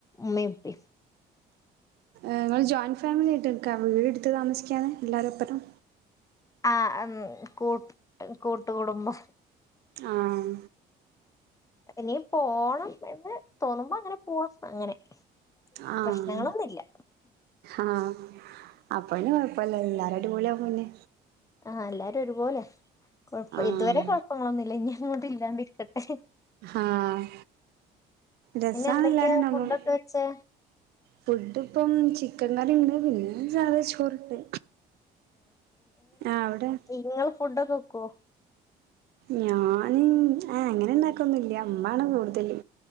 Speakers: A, on the left; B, on the right.
A: ഉമ്മേം ഉപ്പേം
B: നിങ്ങള് ജോയിൻ ഫാമിലി ആയിട്ട് നിക്കാ വീട് ഇട്ത്ത് താമസിക്കാതെ എല്ലാവരും ഒപ്പനോം
A: ആഹ് മ്മ് കൂട്ട് കൂട്ടുകുടുംബം
B: ആഹ്
A: ഇനി പോണം എന്ന് തോന്നുമ്പോ അങ്ങനെ പോവാം അങ്ങനെ
B: ആഹ്
A: പ്രശ്നങ്ങളൊന്നില്ല
B: ആഹ് അപ്പോഴന്നെ കൊഴപ്പല്ല എല്ലാരും അടിപൊളിയമ്പോന്നെ
A: ആഹ് എല്ലാരും ഒരുപോലെയാ കൊഴപ്പം
B: ആഹ്
A: ഇതുവരെ കുഴപ്പങ്ങളൊന്നുവില്ല ഇനി അങ്ങോട്ട് ഇല്ലാണ്ടിരീ ക്കട്ടെ
B: ആഹ് രസാണ്
A: പിന്നെ എന്തൊക്കെയാ
B: എല്ലാരും ഉണ്ടാവുമ്പം
A: ഫുഡൊക്കെ വെച്ചെ
B: ഫുഡ് ഇപ്പം ചിക്കൻങ്കറിയുണ്ട് പിന്നെ ഞ്ചള് ചോറിട്ട് ആഹ് അവടെ
A: നിങ്ങള് ഫുഡോക്കെ വെക്കുവോ?
B: ഞാന് ആ അങ്ങനെ ഉണ്ടാക്കൊന്നുല്ല ഇമ്മാണ് കൂടുതല്